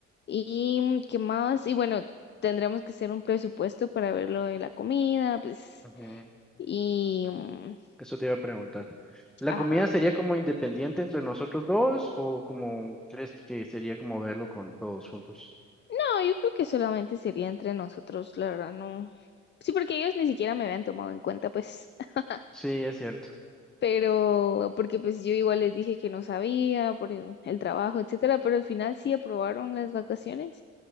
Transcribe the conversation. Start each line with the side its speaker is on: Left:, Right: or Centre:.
Left: ¿Y mm, qué más? Y bueno, tendremos que hacer un presupuesto para ver lo de la comida, pues,
Centre: Ujú,
Left: y, mm,
Centre: Eso te iba a preguntar. ¿La
Left: ajá.
Centre: comida sería como independiente entre nosotros dos o como crees que sería como verlo con todos juntos?
Left: No, yo creo que solamente sería entre nosotros, la verdad, no. Sí, porque ellos ni siquiera me habían tomado en cuenta, pues, <laughs>
Centre: Sí, es cierto.
Left: pero porque pues yo igual les dije que no sabía por el el trabajo, etcétera, pero al final sí aprobaron las vacaciones